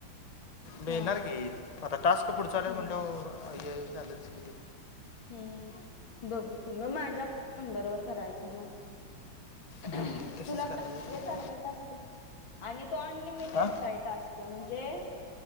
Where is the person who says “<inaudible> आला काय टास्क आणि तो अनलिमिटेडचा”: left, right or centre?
Left